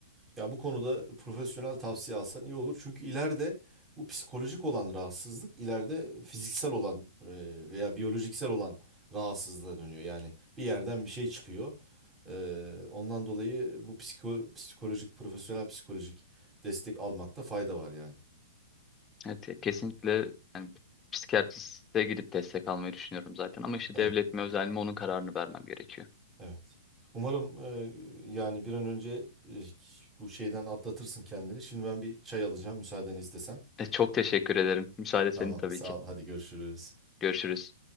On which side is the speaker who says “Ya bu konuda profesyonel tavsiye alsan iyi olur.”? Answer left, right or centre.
Right